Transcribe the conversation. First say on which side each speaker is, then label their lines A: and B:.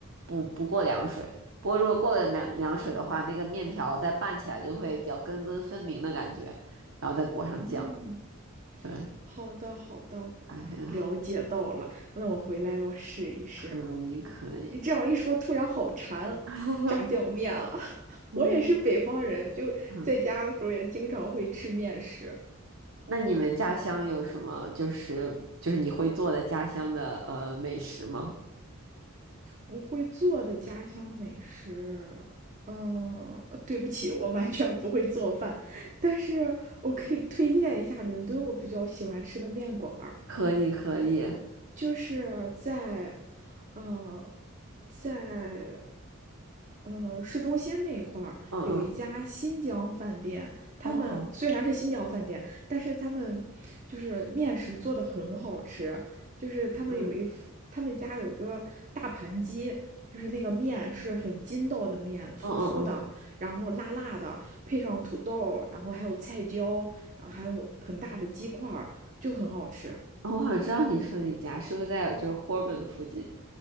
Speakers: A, on the right; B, on the right.
A: 不不过凉水。不过如果过了凉凉水的话，那个面条再拌起来就会比较根根分明的感觉，然后再裹上酱，
B: 嗯，
A: 对，
B: 好的好的，
A: 还很好，
B: 了解到了，那我回来要试一试。
A: 可以可以，
B: 你这样一说，突然好馋炸酱面啊！
A: <laughs>
B: <laughs>
A: 嗯
B: 我也是北方人，就在家的时候也经常会吃面食。
A: 嗯。那你们家乡有什么就是就是你会做的家乡的呃美食吗？
B: 我会做的家乡美食，嗯，对不起，我完全不会做饭，但是推荐一下伦敦我比较喜欢吃的面馆儿，
A: 可以可以，嗯
B: 就是在，嗯。在呃市中心那一块儿有一家新疆饭店，
A: 嗯，
B: 他们虽然是新疆饭店，
A: 哦，
B: 但是他们就是面食做的很好吃，就是他们有一副他们家有一个大盘鸡。
A: 嗯
B: 就是那个面是很筋道的面，粗粗的，
A: 嗯嗯嗯，
B: 然后辣辣的，配上土豆，然后还有菜椒，然后还有很大的鸡块儿，就很好吃。
A: 哦我好像知道你说你家是不是在就是霍尔本附近